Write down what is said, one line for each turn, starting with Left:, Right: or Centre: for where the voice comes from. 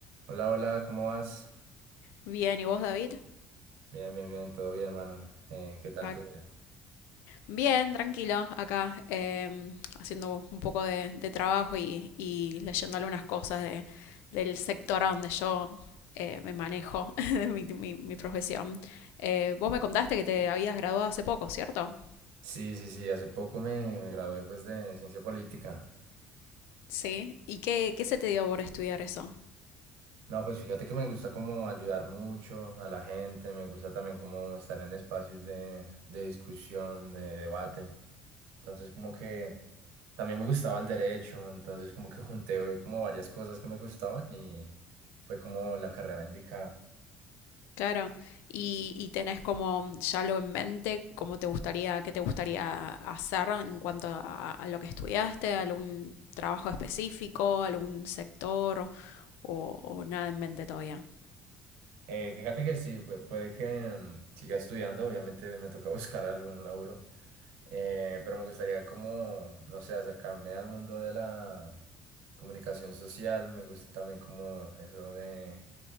Right: Hola, hola, ¿cómo vas?
Left: Bien, ¿y vos, David?
Right: Bien, bien, bien, todo bien, mano. Eh, ¿qué tal
Left: Ac-
Right: tu día?
Left: Bien, tranquilo, acá em, haciendo un poco de, de trabajo y, y leyendo algunas cosas de- del sector a donde yo eh, me manejo, <laughs> de mi, mi- mi profesión. Eh, vos me contaste que te habías graduado hace poco, ¿cierto?
Right: Sí, sí, sí, hace poco me, me gradué pues de ciencia política.
Left: Sí. ¿Y qué, qué se te dio por estudiar eso?
Right: No, pues fíjate que me gusta como ayudar mucho a la gente, me gusta también como estar en espacios de, de discusión, de debate. Entonces como que también me gustaba el derecho, entonces como que junté hoy como varias cosas que me gustaban y fue como la carrera indicada.
Left: Claro, y, y tenés como ya lo en mente, cómo te gustaría, qué te gustaría hacer en cuanto a, a lo que estudiaste, algún trabajo específico, algún sector o, o nada en mente todavía.
Right: Eh, fíjate que sí, pu- puede que mm, siga estudiando, obviamente me toca <laughs> buscar algún laburo, eh, pero me gustaría como, no sé, acercarme al mundo de la comunicación social, me gusta también como eso de,